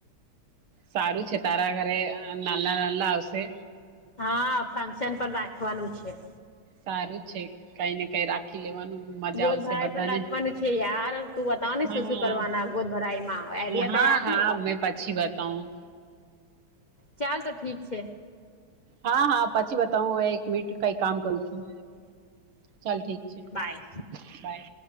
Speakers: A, on the right; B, on the left.
A: સારું છે તારા ઘરે નાલ્લા નાલ્લા આવશે.
B: હા ફંક્શન પણ રાખવાનું છે.
A: સારું છે કંઈ ને કઈ રાખી લેવાનું. મજા
B: ગોદ
A: આવશે
B: ભરાઈ
A: બધાને
B: પણ રાખવાનું છે યાર તું બતાવ ને
A: હા
B: શું શું કરવાના ગોદ ભરાઈમાં આઈડિયા
A: હા
B: કઈ આપ
A: હા
B: ને?
A: મેં પછી બતાવું.
B: ચાલ તો ઠીક છે.
A: હા હા પછી બતાવું એક મીટ કઈ કામ કરું છું. ચાલ ઠીક છે
B: બાય
A: બાય.